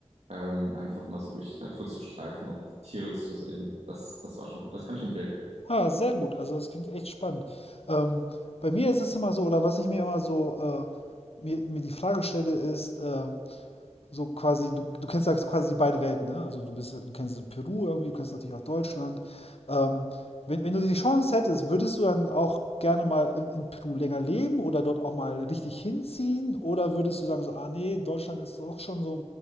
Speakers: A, on the right; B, on the left.
A: ähm, einfach mal so durch die Natur zu streifen und Tiere zu sehen, das, das war schon gut. Das kann ich empfehlen.
B: Ah, sehr gut. Also das klingt echt spannend. Ähm, bei mir ist es immer so, oder was ich mir immer so äh, mir, mir die Frage stelle, ist, äh, so quasi, du, du kennst ja quasi beide Welten, ne? Also du bist, du kennst Peru irgendwie, du kennst natürlich auch Deutschland. Ähm, wenn, wenn du die Chance hättest, würdest du dann auch gerne mal in, in Peru länger leben oder dort auch mal richtig hinziehen? Oder würdest du sagen, so, ah nee, Deutschland ist doch schon so,